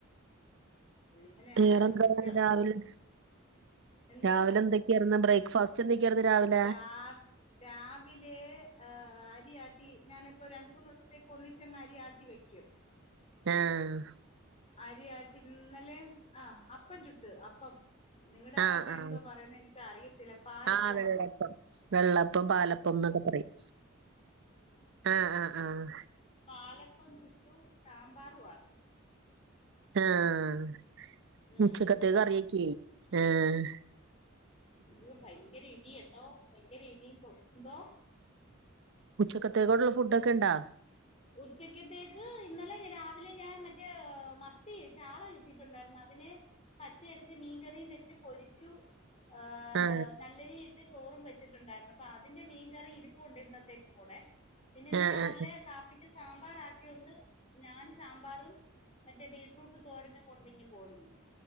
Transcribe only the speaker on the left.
എങ്ങനെയാണോ
എന്തോ എനിക്കറിഞ്ഞൂട
എന്തോ
രാവ് രാവിലെ ഏഹ് അരിയാട്ടി ഞാനിപ്പോ രണ്ട് മൂന്ന് ദിവസത്തേക്ക് ഒന്നിച്ചങ്ങ് അരിയാട്ടി വെക്കും <unintelligible>
അരിയാട്ടി ഇന്നലെ ആഹ് അപ്പം ചുട്ട് അപ്പം നിങ്ങടെ
അവിടെ
എന്തോ പറയുന്നെ എനിക്ക് അറിയത്തില്ല പാലപ്പോന്നോ
പാലപ്പം ചുട്ടു സാമ്പാറുംആക്കി
ഉം
ഇ ഭയങ്കര എരി കേട്ടോ, ഭയങ്കര എരി, എന്തോ
ഉച്ചക്കത്തേക്ക് ഇന്നലെ രാവിലെ ഞാൻ മറ്റേ മത്തി ചാള കിട്ടിട്ടുണ്ടായിരുന്നു അതിനെ പച്ചയടിച്ച് മീൻകറി വെച്ച് പൊരിച്ചു ആഹ്
നല്ല രീ ചോറും വെച്ചിട്ടുണ്ടായിരുന്നു അപ്പൊ അതിന്റെ മീൻകറി ഇരിപ്പുണ്ട് ഇന്നത്തേക്കും കൂടെ പിന്നെ ഇന്ന്
രാവിലെ
കാപ്പിക്ക് സാമ്പാറ് ആക്കിയൊണ്ട് ഞാന് സാമ്പാറും മറ്റേ ബീറ്റ്റൂട്ട് തോരനു കൊണ്ടിങ്ങി പോരുന്നു